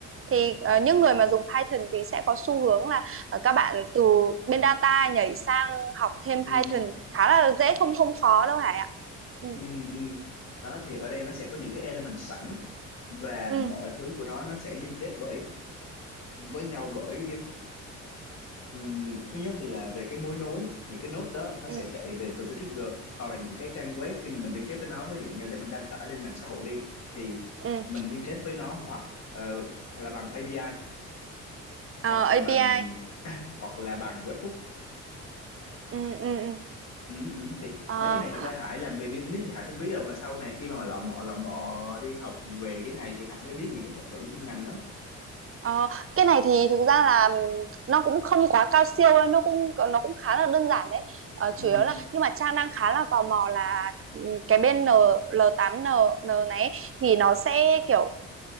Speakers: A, on the right (about 45°); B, on the left (about 65°).
A: thì ờ, những người mà dùng Python thì sẽ có xu hướng là ờ, các bạn từ bên data nhảy sang học thêm
B: Ừm,
A: Python khá là dễ không không khó đâu Hải ạ ừ
B: ừm, ừm. đó thì ở đây nó sẽ có những cái element sẵn và
A: ừ
B: mọi thứ của nó nó sẽ liên kết bởi với nhau bởi Ừm, thứ nhất là về cái mối nối những cái node đó nó
A: ừ,
B: sẽ chạy về từ cái trigger hoặc là những cái trang web khi mà mình liên kết với nó ví dụ như để mình đăng tải lên mạng xã hội đi thì
A: ừ.
B: mình liên kết với nó hoặc ờ, hoặc là bằng API
A: Ờ,
B: hoặc
A: API
B: là bằng <coughs> hoặc là bằng webhook
A: ừ ừ
B: ừ, ừ. thì
A: ừ
B: mấy cái này thật ra Hải làm về business thì Hải không biết đâu mà sau này khi mà lọ mọ lọ mọ đi học về cái này thì Hải mới biết những cái thuật ngữ chuyên ngành đó
A: Ờ, cái này thì thực ra là nó cũng không quá cao siêu đâu, nó cũng nó cũng khá là đơn giản đấy. Ờ,
B: ừ.
A: chủ yếu là nhưng mà Trang đang khá là tò mò là ừm, cái bên N, l tám n l này ấy, thì nó sẽ kiểu